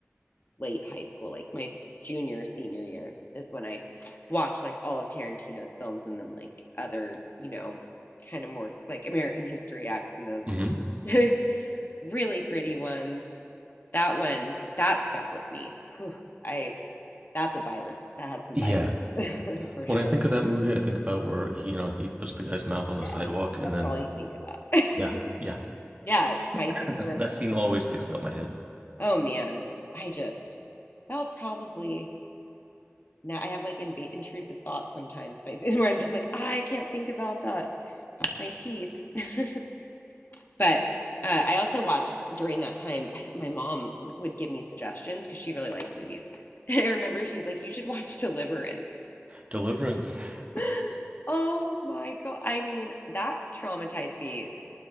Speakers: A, on the left (about 45°); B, on the right (about 30°).
A: late high school, like my junior, senior year is when I watched like all of Tarantino's films and then like other, you know, kind of more like American History X and those
B: hmm
A: <laughs> really gritty ones. That one, that stuck with me. Whew, I that's a violent, that has some
B: Yeah.
A: violence <laughs> for
B: When
A: sure.
B: I think of that movie, I think about where he, you know, he puts the guy's mouth on the
A: Yeah,
B: sidewalk and
A: that's
B: then
A: all you think about.
B: Yeah.
A: <laughs>
B: Yeah.
A: Yeah,
B: <laughs>
A: bite the curb.
B: That's, that
A: It's,
B: scene always sticks out in my head.
A: oh man, I just, that'll probably Now I have like inv intrusive thoughts sometimes by, <laughs> where I'm just like, I can't think about that. My teeth. <laughs> But uh, I also watched during that time, I, my mom would give me suggestions because she really likes movies. <laughs> I remember she's like, you should watch Deliverance.
B: Deliverance.
A: <gasps> <laughs> Oh my God. I mean, that traumatized me.